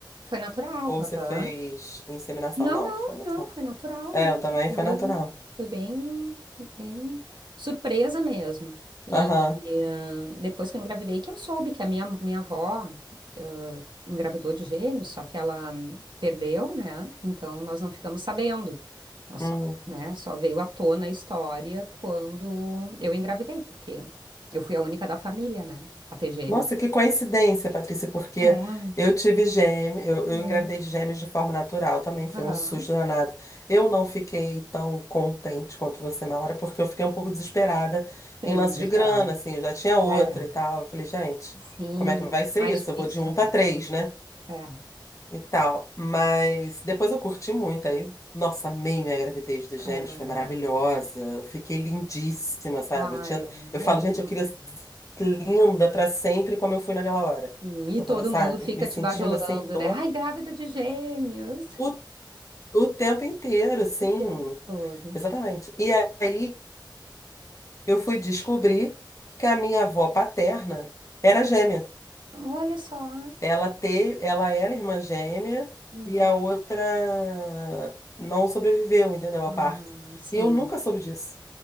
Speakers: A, on the right (about 70°); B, on the left (about 40°).
A: foi natural.
B: Ou
A: aham.
B: você fez inseminação?
A: Não,
B: Não,
A: não,
B: foi natural.
A: não, foi natural
B: É,
A: mesmo,
B: eu também
A: foi,
B: foi natural.
A: foi bem, bem surpresa mesmo. E,
B: Aham.
A: e, ah, depois que eu engravidei, que eu soube que a minha, minha avó, ah, engravidou de gêmeos, só que ela hum, perdeu, né? Então nós não ficamos sabendo. Nós
B: Hum.
A: só, né, só veio à tona a história quando eu engravidei, porque eu fui a única da família, né, a ter gêmeos.
B: Nossa, que coincidência, Patrícia, porque
A: É.
B: eu tive gêmeos, eu, eu
A: Hum.
B: engravidei de gêmeos de forma natural também, foi
A: Aham.
B: um susto danado. Eu não fiquei tão contente quanto você na hora, porque eu fiquei um pouco desesperada
A: Sim,
B: em lance
A: não
B: de
A: esperava.
B: grana, assim, eu já tinha outra
A: É.
B: e tal. Eu falei, gente,
A: Sim,
B: como é que vai ser
A: mais
B: isso?
A: difícil,
B: Eu vou de um para
A: né?
B: três, né?
A: É,
B: e tal. Mas depois eu curti muito aí. Nossa, amei minha gravidez dos gêmeos,
A: é,
B: foi maravilhosa. Eu fiquei lindíssima, sabe?
A: ai,
B: Eu tinha, eu
A: é
B: falo,
A: é lindo.
B: gente, eu queria ser linda pra sempre como eu fui naquela hora.
A: Sim, e
B: Eu
A: todo
B: tava, sabe,
A: mundo fica
B: me sentindo
A: te bajulando,
B: assim, tom,
A: né? Ai, grávida de gêmeos.
B: o, o tempo inteiro, assim.
A: O tempo todo.
B: Exatamente. E aí eu fui descobrir que a minha avó paterna era gêmea.
A: Ah, Olha só.
B: Ela teve, ela era irmã gêmea
A: Hum.
B: e a outra não sobreviveu, entendeu?
A: Ah,
B: A parto.
A: sim,
B: E eu nunca soube disso,